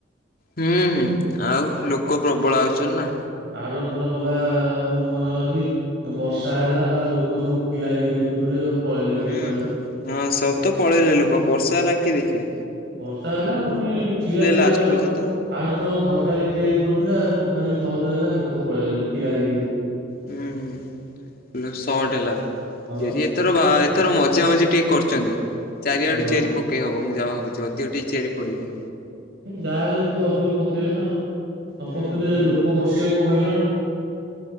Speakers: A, on the left; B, on the right.
A: ହୁଁ ହୁଁ ଆଉ ଲୋକ ପ୍ରବଳ ଆଉନ୍ ନା
B: ଆର ଥର କବା ମୋର ମନେ ଅଛି ବର୍ଷା ହେଲା ଲୋକ ସବୁ ଠିଆ ହେଇକି ଦେଖୁଥିଲେ ସବୁ। ପଳେଇଲେ କିଏ
A: ହୁଁ
B: କୁଆଡେ।
A: ହଁ ସବୁ ତ ପଳେଇଲେ ଲୋକ ବର୍ଷା ହେଲା କିଏ ଦେଖେ?
B: ବର୍ଷା ହେଲା ଆଉ ପୁଣି ଚିଆରି
A: ଲାଷ୍ଟ
B: ବି, ଆରଥର
A: ପର୍ଯ୍ୟନ୍ତ
B: ଆରଥର ହଜାରେ ଚିଆରି ପଡିଥିଲା। କଥାି ସଟ ହେଲା ଲୋକ ପଳେଇଲେ ଠିଆ ହେକିି
A: ହୁଁ ଶହଟ ହେଲାଠି
B: ହଁ ବା
A: ଏଥର ବା ଥର ମଜା ମଜି ଟିକେ କରିଛନ୍ତି, ଚାରିଆଡୁ
B: ହଁ
A: ଚେରି ପକେଇ ହବ ମୁ ଯାହା ଭାବୁଛି ଅଧିକ ଟିକ ଚତିଆରି ପଡିବ।
B: ହୁଁ ଯାହାହେଲେ ଟିକେ ଅଧିକ ପକେଇବେ ନା ଆଉ, ନ
A: ହୁଁ
B: ପକେଇଲେ ଲୋକ ବସିବାକୁ ହଇରାଣ ନା।